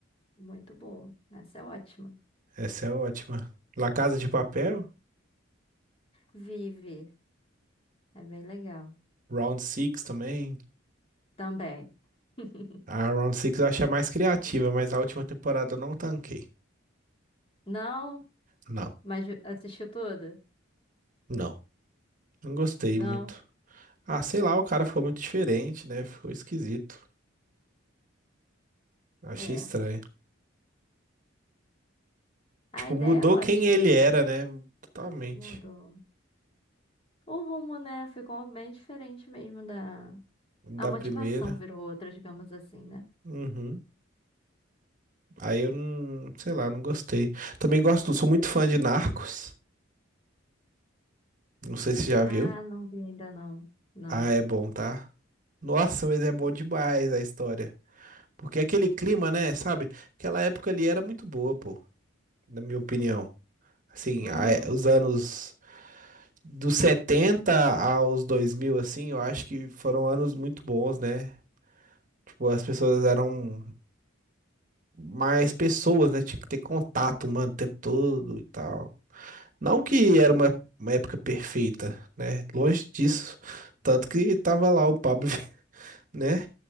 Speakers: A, on the left; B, on the right.
A: Muito boa. Essa é ótima.
B: Essa é ótima. La Casa de Papel,
A: Vive. É bem legal.
B: Round Six também.
A: Também. <laughs>
B: A Round Six eu achei a mais criativa, mas a última temporada eu não tanquei.
A: Não?
B: Não,
A: Mas assistiu tudo?
B: não. Não gostei
A: Não?
B: muito. Ah, sei lá, o cara ficou muito diferente, né? Ficou esquisito. Achei
A: É.
B: estranho.
A: A
B: Tipo,
A: ideia
B: mudou
A: é ótima,
B: quem ele
A: né?
B: era,
A: Mas
B: né? Totalmente.
A: mudou. O rumo, né? Ficou bem diferente mesmo da. A
B: Da
A: motivação
B: primeira.
A: virou outra, digamos assim, né?
B: Uhum. Aí eu não, sei lá, não gostei. Também gosto, sou muito fã de Narcos. Não sei se já
A: Ah,
B: viu.
A: não vi ainda não. Não.
B: Ah, é bom, tá? Nossa, mas é bom demais a história. Porque aquele clima, né, sabe? Aquela época ali era muito boa, pô, na minha opinião. Assim,
A: Uhum.
B: a é- os anos dos 70 aos 2000, assim, eu acho que foram anos muito bons, né? Tipo, as pessoas eram mais pessoas, né? Tinha que ter contato, mano, o tempo todo e tal. Não que era uma, uma época perfeita, né? Longe disso. Tanto que tava lá o Pablo, <laughs> né?